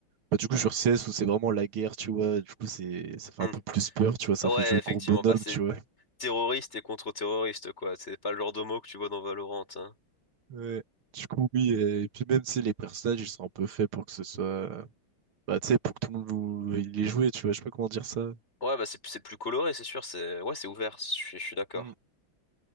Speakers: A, on the right; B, on the left.
A: Bah, du coup, sur CS, où c'est vraiment la guerre, tu vois, du coup, c'est, ça fait
B: Hmm.
A: un peu plus peur, tu vois, ça
B: Ah
A: fait
B: Ouais,
A: jeu
B: effectivement,
A: de gros bonhomme,
B: bah c'est
A: tu vois.
B: terroriste et contre-terroriste, quoi. C'est pas le genre de mot que tu vois dans Valorant, hein.
A: Ouais. Du coup, oui, euh, et puis même, tu les personnages, ils sont un peu faits pour que ce soit... euh, Bah, tu sais, pour que tout le monde vous- il les joue, tu vois, je sais pas comment dire ça.
B: Ouais, bah c'est c'est plus coloré, c'est sûr. C'est ouais, c'est ouvert. Je suis je suis d'accord.
A: Mm.